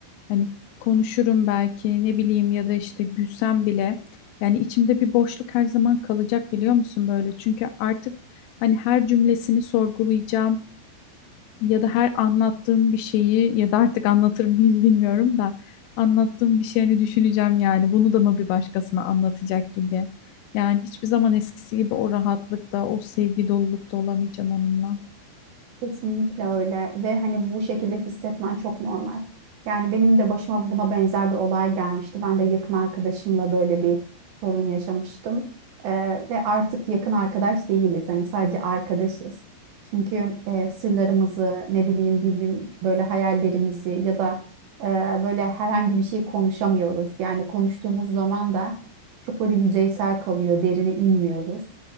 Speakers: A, on the left; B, on the right.
A: Hani konuşurum belki ne bileyim ya da işte gülsem bile. Yani içimde bir boşluk her zaman kalacak biliyor musun böyle? Çünkü artık hani her cümlesini sorgulayacağım ya da her anlattığım bir şeyi ya da artık anlatır mıyım bilmiyorum da anlattığım bir şeyini düşüneceğim yani bunu da mı bir başkasına anlatacak gibi. Yani hiçbir zaman eskisi gibi o rahatlıkta, o sevgi dolulukta olamayacağım onunla.
B: Kesinlikle öyle ve hani bu şekilde hissetmen çok normal. Yani benim de başıma buna benzer bir olay gelmişti. Ben de yakın arkadaşımla böyle bir sorun yaşamıştım. Ee, ve artık yakın arkadaş değiliz. Hani sadece arkadaşız. Çünkü e, sırlarımızı ne bileyim birbirim, böyle hayallerimizi ya da e, böyle herhangi bir şey konuşamıyoruz. Yani konuştuğumuz zaman da çok böyle yüzeysel kalıyor, derine inmiyoruz.